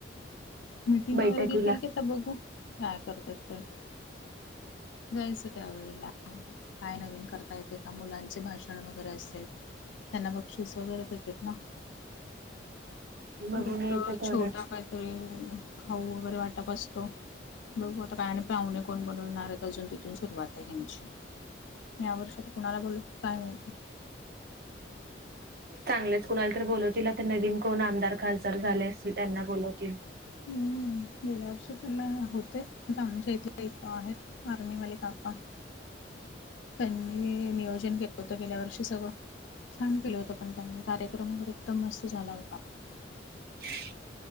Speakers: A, on the left; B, on the right.
A: मीटिंग
B: बैठकीला.
A: वगैरे घेतील की आता बघू काय करतात ते. जायचं त्या वेळेला काय नवीन करता येते का मुलांचे भाषण वगैरे असते त्यांना बक्षीस वगैरे देत आहेत ना
B: बघून
A: परत
B: यायचं तेवढंच.
A: छोटा काहीतरी खाऊ वगैरे वाटप असतो बघू आता काय आणि पाहुणे कोण कोणणार अजून तिथून सुरुवात आहे हची यावर्षी आता कुणाला बोलत काय मिळते
B: चांगलेच कुणाला तर बोलवतील आता नवीन कोण आमदार खासदार झाले अस त्यांना बोलवतील
A: हम्म गेल्या वर्षी त्यांना होतेमच्या इथले एक आहेत आर्मीवाले काका त्यांनी नियोजन केलं होतं गेल्या वर्षी सगळं छान केलं होत पण त्यांनी कार्यक्रम वगैर एकदम मस्त झाला होता
B: ह्